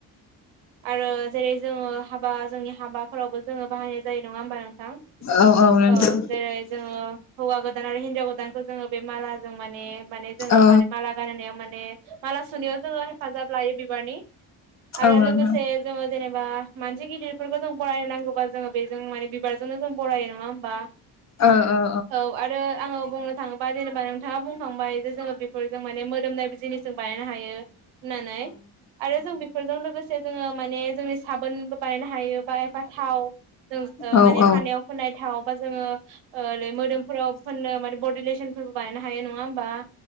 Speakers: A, on the right; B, on the left.
A: आरो जेरै जोङो हाबा जोंनि हाबाफोरावबो जोङो बाहायनाय जायो नङा होमबा नों थां
B: औ नोंथां
A: औ जेरै जोङो हौवा गोदान आरो हिनजाव गोदान खौ जोङो बे माला जों माने माने जोङो
B: औ
A: माने माला गानहोनायाव माने माला सुनायाव जोङो हेफाजाब लायो बिबारनि आरो
B: औ
A: लोगोसे
B: नोंथां
A: जोंङो जेनेबा मानसि गिदिरफोरखौ जों बरायनांगौबा जोङो बेजों माने बिबारजोंनो जों बरायो नङा होमबा
B: ओ ओ
A: औ आरो आङो बुंनो थाङोबा जेनेबा नोंथाङा बुंखांबाय जे जोङो बेफोरजों माने मोदोमनाय जिनिसजों बानायनो हायो होननानै आरो जों बेफोरजों लोगोसे जोङो माने जोंनि साबोनबो बानायनो हायो बा एफा थाव जों ओ
B: औ
A: माने
B: औ
A: खानायाव फोननाय थाव बा जोङो ओ ओरै मोदोमफोराव फोननो माने बडले सन फोरबो बायनो हायो नङा होमबा